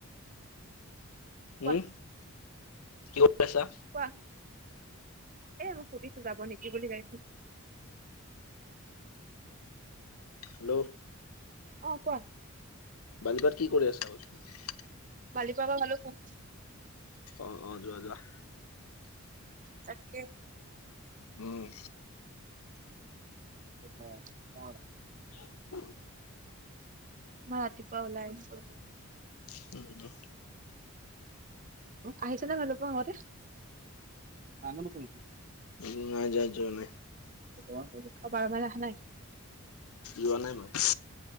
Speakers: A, on the right; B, on the left.
A: কোৱা
B: উম কত পইচা।
A: কোৱা এ মই সুধিছো যাব নেকি বুলি গাঢ়ী খন।
B: হেল্ল',
A: অ কোৱা।
B: বালিপাৰাত কি কৰি আছা কৈছো।
A: বালিপাৰা পৰা ভালোক পোঙ।
B: অ অ যোৱা যোৱা।
A: তাকে।
B: উম,
A: <unintelligible>
B: <unintelligible>
A: ইমান ৰাতিপুৱা উলাই আহিছো আজি।
B: উম,
A: আহিছে নে ভালোক পোঙ আগতে। <unintelligible>
B: উ নাই যোৱা যোৱা নাই।
A: অ বাৰ মানে অহা নাই।
B: যোৱা নাই মই